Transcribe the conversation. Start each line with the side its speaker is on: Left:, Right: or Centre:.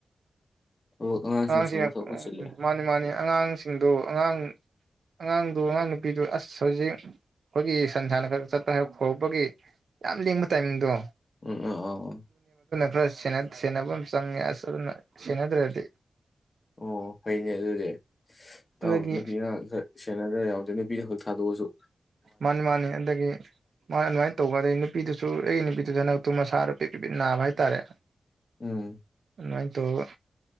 Left: ꯑꯣ
Right: ꯑꯉꯥꯡꯁꯤꯡ
Left: ꯁꯦꯟꯅ
Right: ꯎ
Left: ꯊꯣꯛꯄ ꯆꯤꯜꯂꯦ
Right: ꯎꯝ ꯃꯥꯅꯤ ꯃꯥꯅꯤ ꯑꯉꯥꯡꯁꯤꯡꯗꯣ ꯑꯉꯥꯡ ꯑꯉꯥꯡꯗꯨ ꯑꯉꯥꯡ ꯅꯨꯄꯤꯗꯨ ꯑꯁ ꯍꯧꯖꯤꯛ ꯑꯩꯈꯣꯏꯒꯤ ꯁꯟ ꯁꯥꯟꯅ ꯈꯔ ꯆꯠꯄ ꯍꯥꯏꯔ ꯍꯧꯔꯛꯄꯒꯤ ꯌꯥꯝ ꯂꯤꯡꯕ ꯇꯥꯏꯃꯤꯡꯗꯣ
Left: ꯎꯝ ꯎꯝ ꯎ
Right: ꯁ ꯁꯟꯅꯕ ꯆꯪꯉꯦ ꯑꯁ ꯁꯤꯅꯗ꯭ꯔꯗꯤ
Left: ꯑꯣ ꯐꯩꯅꯦ ꯑꯗꯨꯗꯤꯥꯎ
Right: ꯑꯗꯒꯤ
Left: ꯅꯨꯄꯤꯅ ꯈꯔ ꯁꯦꯟꯅꯗ꯭ꯔ ꯌꯥꯎꯗꯦ ꯅꯨꯄꯤꯗ ꯈꯛꯇ ꯊꯗꯣꯛꯁꯨ
Right: ꯃꯥꯅꯤ ꯃꯥꯅꯤ ꯑꯗꯒꯤ ꯃꯥ ꯅꯨꯡꯉꯥꯏ ꯇꯧꯕ ꯑꯗꯩ ꯅꯨꯄꯤꯗꯨꯁꯨ ꯑꯩꯒꯤ ꯅꯨꯄꯤꯗꯨꯁꯨ ꯍꯟꯗꯛꯇꯨ ꯃꯁꯥ ꯅꯨꯄꯤꯠ ꯄꯤ ꯄ ꯅꯥꯕ ꯍꯥꯏꯇꯥꯔꯦ
Left: ꯎꯝ
Right: ꯑꯗꯨꯃꯥꯏꯅꯥ ꯇꯧꯔꯒꯥ